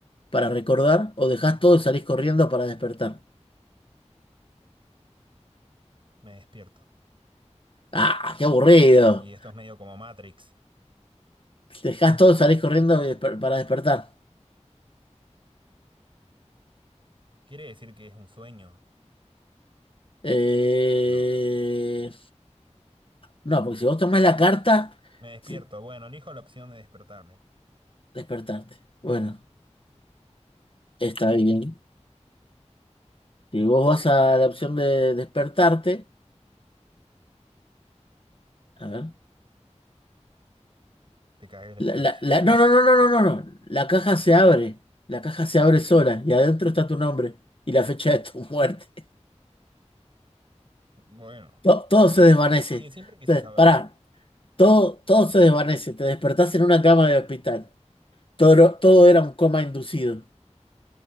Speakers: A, on the left (about 45°); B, on the right (about 45°).
A: para recordar o dejás todo y salís corriendo para despertar.
B: me despierto.
A: ¡Ah, qué aburrido!
B: Y esto es medio como Matrix.
A: Dejás todo, salís corriendo y desper- para despertar.
B: ¿Quiere decir que es un sueño?
A: Eh,
B: No.
A: No, porque si vos tomás la carta,
B: Me despierto.
A: sí,
B: Bueno, elijo la opción de despertarme.
A: despertarte. Bueno, está bien. Si vos vas a la opción de despertarte, a ver.
B: Te cagué la
A: La,
B: historia.
A: la- la-
B: <laughs>
A: No, no, no, no, no, no, no. La caja se abre. La caja se abre sola y adentro está tu nombre y la fecha de tu <laughs> muerte.
B: Bueno.
A: To- Todo, se desvanece.
B: Y siempre quise
A: Te-
B: saberlo.
A: Pará, todo, todo se desvanece. Te despertás en una cama de hospital. Todo, todo era un coma inducido.